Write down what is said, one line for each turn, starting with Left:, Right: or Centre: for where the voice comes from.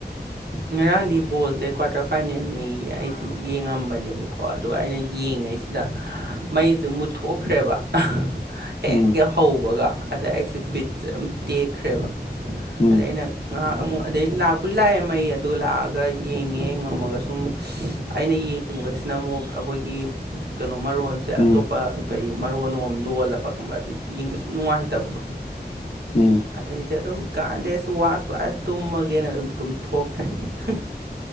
Right: ꯉꯔꯥꯡꯗꯤ ꯕꯣꯜꯁꯦ ꯀ꯭ꯋꯥꯔꯇꯔ ꯐꯥꯏꯅꯦꯜꯅꯤ ꯑꯩꯁꯦ ꯌꯦꯡꯉꯝꯕꯅꯦꯕꯀꯣ ꯑꯗꯣ ꯑꯩꯅ ꯌꯦꯡꯉꯁꯤꯗ ꯃꯩꯁꯦ ꯃꯨꯠꯊꯣꯛꯈ꯭ꯔꯦꯕ ꯍꯦꯛ
Left: ꯎꯝ
Right: ꯍꯦꯛ ꯍꯧꯕꯒ ꯑꯗ ꯑꯩꯁꯦ ꯕꯤꯠꯁꯦ ꯑꯗꯨꯝ ꯇꯦꯛꯈ꯭ꯔꯦꯕ
Left: ꯎꯝ
Right: ꯑꯗ ꯑꯩꯅ ꯑ ꯑꯗ ꯂꯥꯄꯨꯔꯤ ꯂꯑ ꯃ ꯑꯗꯨꯒ ꯂꯥꯛꯑꯒ ꯌꯦꯡꯉꯦ ꯉꯝꯃꯒ ꯁꯨꯝ ꯑꯩꯅ ꯌꯦꯡꯉꯤꯕꯁꯤꯅ ꯑꯃꯨꯛ ꯑꯩꯈꯣꯏꯒꯤ ꯀꯩꯅꯣꯝꯕꯔ ꯋꯥꯟ ꯁꯦ
Left: ꯎꯝ
Right: ꯑꯇꯣꯞꯄ ꯀꯔꯤ ꯃꯔꯨꯅꯣꯝ ꯂꯣꯜꯂꯕ ꯈꯪꯕ꯭ꯔꯥ ꯑꯩ ꯌꯦꯡꯕ ꯁꯨꯝ ꯅꯨꯡꯉꯥꯏꯇꯕꯗꯣ
Left: ꯎꯝ
Right: ꯑꯗꯩꯗꯤ ꯑꯗꯨꯝ ꯀꯥꯟꯅꯗꯩ ꯑꯩꯁꯨ ꯋꯥꯁꯇꯣ ꯑꯁ ꯇꯨꯝꯃꯒꯦꯅ ꯑꯗꯨꯝ ꯇꯨꯝꯊꯣꯛ ꯍ